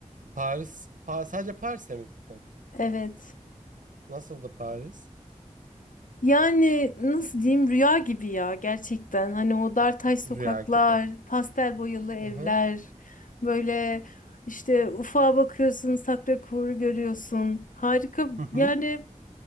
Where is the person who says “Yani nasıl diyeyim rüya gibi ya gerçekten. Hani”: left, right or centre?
Left